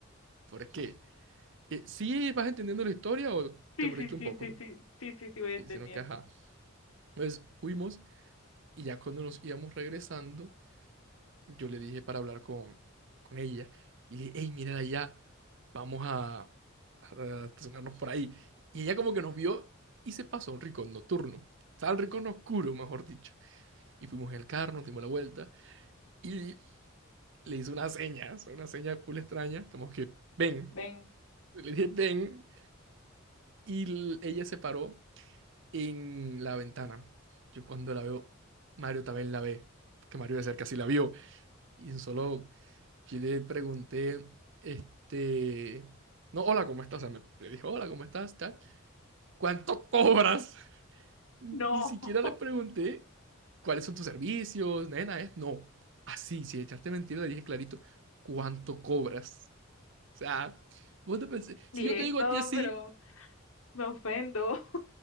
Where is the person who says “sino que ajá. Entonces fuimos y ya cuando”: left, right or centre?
Right